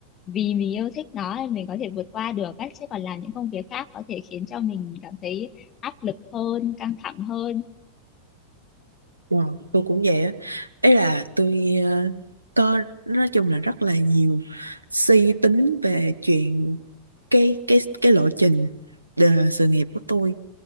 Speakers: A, on the left; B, on the right.
A: vì mình yêu thích nó nên mình có thể vượt qua được ấy chứ còn làm những công việc khác có thể khiến cho mình cảm thấy áp lực hơn căng thẳng hơn
B: Wow, tôi cũng vậy á. Ấy là tôi ờ, có nói chung là rất là nhiều suy tính về chuyện cái cái cái lộ trình ờ, sự nghiệp của tôi.